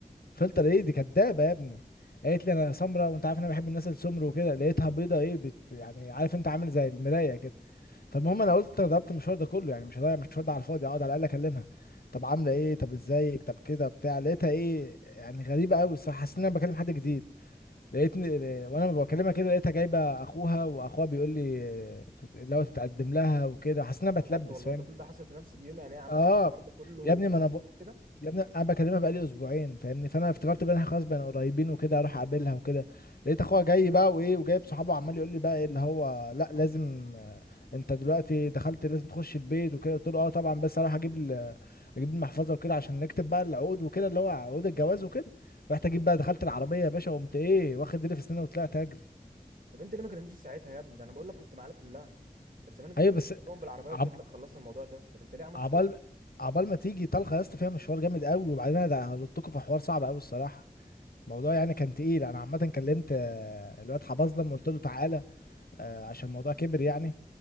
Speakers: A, on the left (about 90°); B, on the right (about 70°).
A: فلتر ايه دي كدابه يا ابني قالت لي انا سمراء وانت عارف انا بحب الناس السمر وكده لقيتها بيضه ايه بت يعني عارف انت عامل زي المرايه كده فالمهم انا قلت انا ضربت المشوار ده كله يعني مش هضيع المشوار ده على الفاضي اقعد على الاقل اكلمها طب عامله ايه طب ازيك طب كده بتاع لقيتها ايه يعني غريبه قوي الصراحه حسيت ان انا بكلم حد جديد لقيتني وانا بكلمها كده لقيتها جايبه اخوها واخوها بيقول لي اللي هو تتقدم لها وكده حسيت ان انا بتلبس
B: بجد والله
A: فاهم
B: ده كل ده حصل في نفس اليوم يعني هي عملت
A: اه
B: لك الحوار ده كله
A: يا ابني
B: في
A: ما
B: نفس
A: انا ب...
B: اليوم كده
A: يا ابني انا بكلمها بقالي اسبوعين فاهمني فانا افتكرت بقى إن إحنا خلاص بقينا قريبين وكده اروح اقابلها وكده لقيت اخوها جاي بقى وايه وجايب صحابه عمال يقول لي بقى ايه اللي هو لا لازم آه، انت دلوقتي دخلت لازم تخش البيت وكده قلت له اه طبعا بس اروح اجيب ال- اجيب المحفظه وكده عشان نكتب بقى العقود وكده اللي هو عقود الجواز وكده رحت اجيب بقى دخلت العربيه يا باشا وقمت ايه واخد ديلي في سناني وطلعت اجري
B: طب انت ليه ما كلمتنيش في ساعتها يا ابني ده انا بقول لك كنت معانا كلها كان زمان جبت
A: ايوه بس
B: لهم بالعربيه وجيت
A: عب...
B: لك خلصنا الموضوع ده طب انت ليه عملت
A: عبال
B: كده
A: عبال ما تيجي طلقه يا اسطى فيها مشوار جامد قوي وبعدين انا هلطكوا في حوار صعب قوي الصراحه الموضوع يعني كان تقيل انا عامه كلمت آه، الواد حباظ لما قلت له تعالى آه، عشان الموضوع كبر يعني